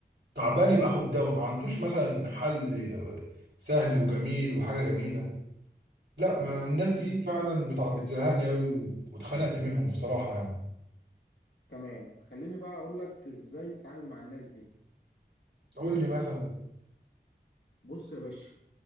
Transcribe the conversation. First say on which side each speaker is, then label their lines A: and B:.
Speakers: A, on the right; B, on the left.
A: تعبان يبقى خد دواء ما عندوش مثلا حل سهل وجميل وحاجه جميله لا ما الناس دي
B: تمام
A: فعلا بتع- بتزهقني قوي واتخنقت منهم بصراحه يعني
B: تمام. خليني بقى اقول لك ازاي تتعامل مع الناس دي
A: قول لي مثلا
B: بص يا باشا